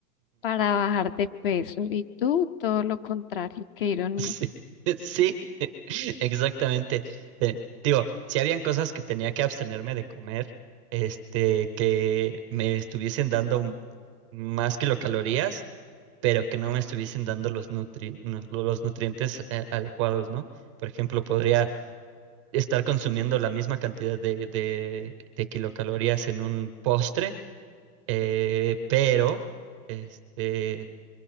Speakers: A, on the left; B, on the right.
A: para bajar de peso. Y tú, todo lo contrario, qué ironía.
B: Sí, <laughs> sí, <laughs> exactamente. Eh, digo, si habían cosas que tenía que abstenerme de comer, este, que me estuviesen dando m- más kilocalorías, pero que no me estuviesen dando los nutri- nu- los nutrientes eh, adecuados, ¿no? Por ejemplo, podría estar consumiendo la misma cantidad de, de- de kilocalorías en un postre, eh, pero este